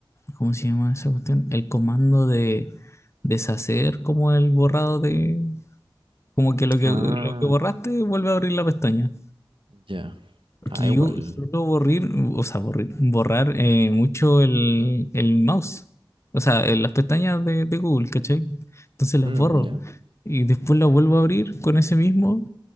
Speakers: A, on the left; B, on the right.
A: ¿Cómo se llama esa cuestión? El comando de deshacer como el borrado de... Como que lo que,
B: Ah,
A: lo que borraste vuelve a abrir la pestaña.
B: ya.
A: Porque
B: Ah, igual.
A: yo suelo borrir, o sea, borrir- borrar eh, mucho el, el mouse, o sea, en las pestañas de, de Google, ¿cachai? Entonces las
B: Mm,
A: borro
B: ya.
A: y después las vuelvo a abrir con ese mismo,